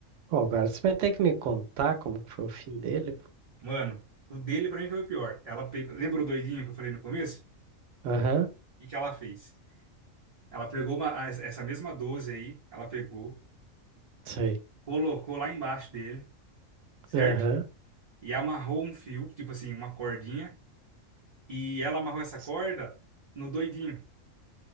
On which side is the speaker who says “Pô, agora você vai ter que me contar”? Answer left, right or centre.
Right